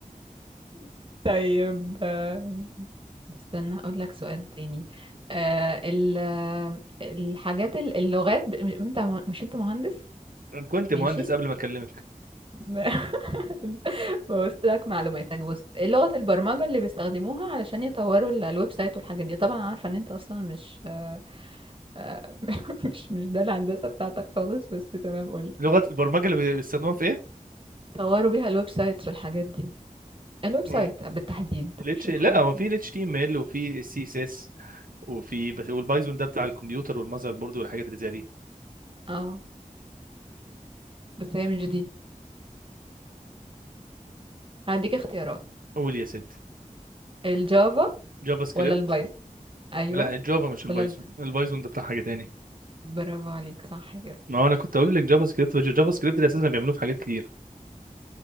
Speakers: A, on the right; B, on the right.
A: <laughs> طيب آم، استنى اقول لك سؤال تاني آه ال... آه، الحاجات ال- اللغات ب... م- انت م- مش انت مهندس
B: <laughs> كنت
A: ماشي
B: مهندس قبل ما اكلمك
A: <laughs> ببص لك معلوماتك بص إيه لغة البرمجة اللي بيستخدموها علشان يطوروا ال- الويب سايت والحاجات دي طبعا عارفة ان انت اصلا مش آه، آه، <laughs> مش مش ده الهندسة بتاعتك خالص بس تمام قولي
B: لغه البرمجه اللي بيستخدموها في ايه
A: طوروا بيها الويب سايتس والحاجات دي الويب
B: مم.
A: سايت بالتحديد
B: الاتش
A: مش الحاجات
B: لا هو
A: دي
B: في الاتش تي ام ال وفي السي اس اس وفي بس والبايثون ده بتاع الكمبيوتر والمذر بورد والحاجات اللي زي دي
A: اه بس هي مش دي هديك اختيارات
B: قول يا ست
A: الجافا
B: جافا سكريبت
A: ولا البايثون ايوه
B: لا الجافا مش البايثون
A: ولا الب...
B: البايثون ده بتاع حاجه تاني
A: برافو عليك صح كده
B: ما هو انا كنت اقول لك جافا سكريبت بس الجافا سكريبت اللي اساسا بيعملوه في حاجات كتير